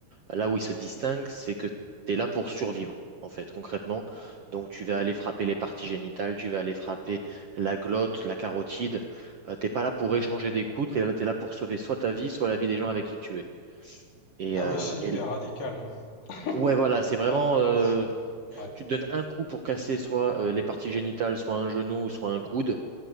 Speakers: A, on the right; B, on the left.
A: Là où il se distingue, c'est que tu es là pour survivre, en fait, concrètement. Donc, tu vas aller frapper les parties génitales, tu vas aller frapper la glotte, la carotide. Euh, t'es pas là pour échanger des coups, t'es là, t'es là pour sauver soit ta vie, soit la vie des gens avec qui tu es. Et,
B: Ah
A: euh,
B: ouais, c'est hyper
A: et l-
B: radical. <laughs>
A: ouais, voilà, c'est vraiment,
B: Ouais,
A: euh,
B: ah, ouf, ouais.
A: tu te donnes un coup pour casser soit euh, les parties génitales, soit un genou, soit un coude,